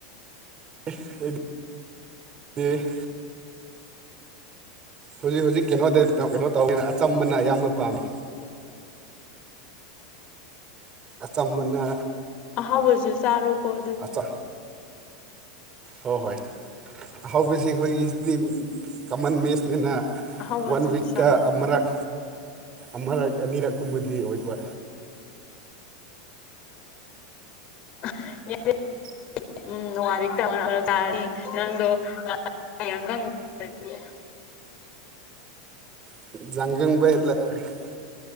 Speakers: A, on the right; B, on the left.
A: <inaudible> ꯍꯧꯖꯤꯛ ꯍꯧꯖꯤꯛ ꯀꯩꯅꯣꯗ ꯀꯩꯅꯣ ꯇꯧꯋꯦꯅ ꯑꯆꯝꯕꯅ ꯑꯌꯥꯝꯕ ꯄꯥꯝꯃꯤ ꯑꯆꯝꯕꯅ
B: ꯑꯍꯥꯎꯕꯁꯨ ꯁꯔꯣ ꯀꯣ ꯑꯗꯨ
A: ꯑꯆꯥ ꯍꯣꯏ ꯍꯣꯏ ꯍꯧꯕꯁꯦ ꯑꯩꯈꯣꯏꯒꯤꯁꯤꯗꯤ ꯀꯃꯟ ꯃꯦꯁꯅꯤꯅ
B: ꯑꯍꯥꯎꯕꯁꯨ
A: ꯋꯥꯟ ꯋꯤꯛꯇ
B: ꯆꯥꯔꯣ
A: ꯑꯃꯔꯛ ꯑꯃꯔꯛ ꯑꯅꯤꯔꯛꯀꯨꯝꯕꯗꯤ ꯑꯣꯏꯕ
B: <unintelligible> <unintelligible>
A: <unintelligible>